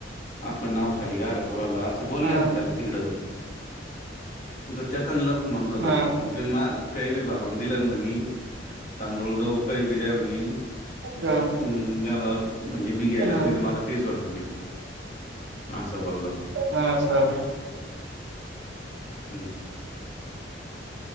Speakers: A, on the left; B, on the right.
A: आपलं नाव खाली गार करूला असं बोलले
B: हा
A: असं ना त्याला तिकडं ण तो चेतन लफ म्हणतो
B: हा
A: म्हण तुम्ही मारतात काही बी भारवून दिल म्हणे. तांदूळगाव काही भ जवे नि
B: हा
A: हम मला म्हणजे मी घ्यायलाच
B: हा.
A: नाही तर मला काहीच होणार नाही म्ह हां असं बोलल त.
B: हा सर
A: हम्म